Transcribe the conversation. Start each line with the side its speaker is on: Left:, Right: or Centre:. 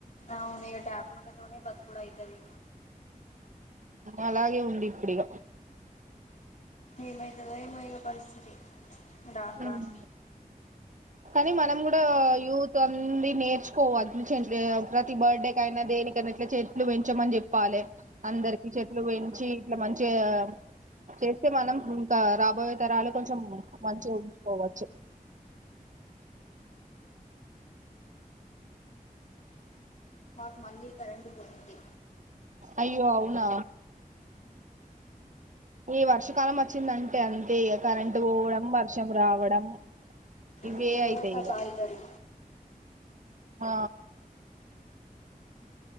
Left: అవునే ఇగ ట్యాబలేట్తోని ట్యాబ్లెట్లతోనే బతుకుడాయితది.
Right: అలాగే ఉంది. ఇప్పుడు ఇగా
Left: ఏమైతదో ఏమో వీళ్ళ పరిస్థితి. రాను
Right: ఉమ్మ్
Left: రాను
Right: కానీ మనం కూడా యూత్ అంది. నేర్చుకోవాలి <unintelligible> ప్రతి బర్త్డే కయినా దేనికనా ఇట్లా చెట్లు పెంచమని చెప్పాలే. అందరికి చెట్లు పెంచి ఇట్లా మంచిగా చేస్తే మనం ఇంకా రాబోయే తరాలు కొంచెం మన్ చవ్ పోవచ్చు.
Left: మాకు మళ్ళీ కరెంటు పోయింది.
Right: అయ్యో అవునా ఏ వర్ష కాలం వచ్చిందంటే అంతే ఇగ కరెంట్ పోవడం వర్షం రావడం ఇవే
Left: ఏదోకటయితది
Right: అయితాయి ఇక ఆ